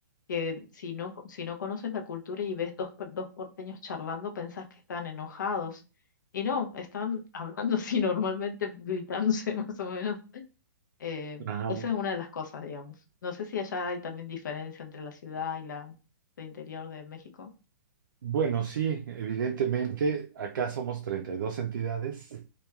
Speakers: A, on the left; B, on the right.
A: que si no, co- si no conoces la cultura y ves dos, per- dos porteños charlando, pensás que están enojados. Y no, están <laughs> hablando así normalmente, gritándose <laughs> más o menos. Eh,
B: ajá.
A: esa es una de las cosas, digamos. No sé si allá hay también diferencia entre la ciudad y la el interior de México.
B: Bueno, sí, evidentemente, acá somos 32 entidades,